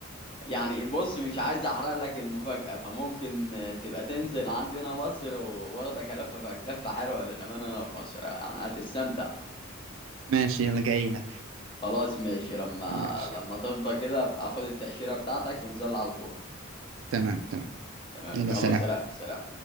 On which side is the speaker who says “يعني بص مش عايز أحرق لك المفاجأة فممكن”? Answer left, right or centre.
Left